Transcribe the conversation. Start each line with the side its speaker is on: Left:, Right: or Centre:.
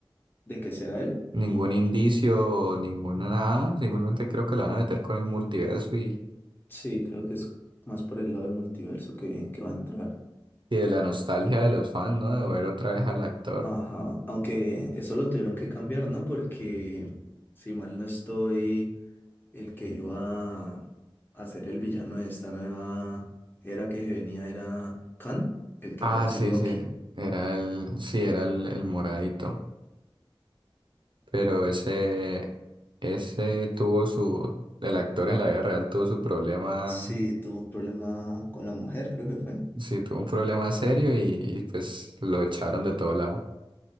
Left: De que sea él,
Right: ningún indicio, o ninguna nada. Simplemente creo que la van a meter con el multiverso y
Left: sí, creo que es más por el lado del multiverso que, que va a entrar.
Right: Y de la nostalgia de los fans, ¿no? De ver otra vez al actor.
Left: Ajá, aunque eso lo tuvieron que cambiar, ¿no? Porque si mal no estoy, el que iba a ser el villano de esta nueva era que venía era Khan, el que
Right: Ah,
Left: aparece
Right: sí,
Left: en Loki.
Right: sí. Era el, sí, era el, el moradito. Pero ese, ese tuvo su, el actor en la vida real tuvo su problema,
Left: Sí, tuvo un problema con la mujer, creo que fue.
Right: sí, tuvo un problema serio y, y, pues lo echaron de todo lado.